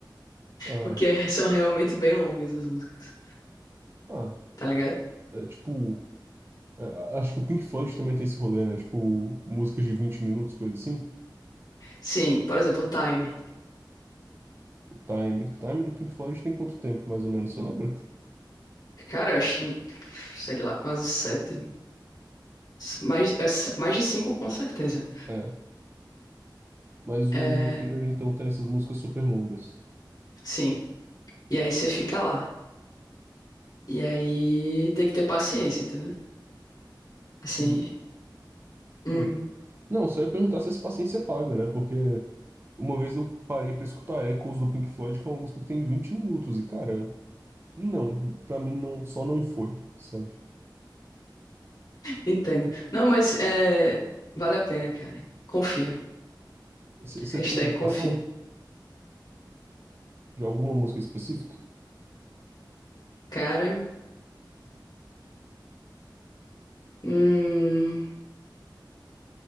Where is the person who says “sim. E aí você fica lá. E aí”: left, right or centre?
Left